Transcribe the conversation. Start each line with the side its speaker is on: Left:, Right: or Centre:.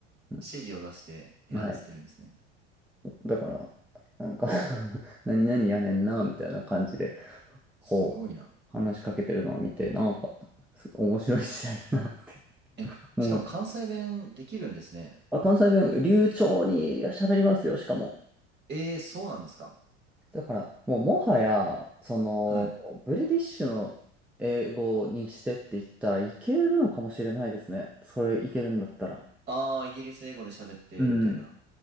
Centre: う
Right: 示を出してやらせてるんですね。
Centre: ん、はい。だから、なんか <laughs> 何々やねんな、みたいな感じで、こう、
Right: すごいな。
Centre: 話しかけてるのを見て、なんか、す面白い時代だなって
Right: え、
Centre: うん。
Right: しかも関西弁できるんですね。
Centre: あ、関西弁、
Right: い
Centre: 流暢に喋りますよ、しかも。
Right: えー、そうなんですか
Centre: だから、もうもはや、その、
Right: はい。
Centre: ブリティッシュの英語にしてって言ったらいけるのかもしれないですね。それいけるんだったら。
Right: ああイギリス英語で喋って、
Centre: うん。
Right: みたいな。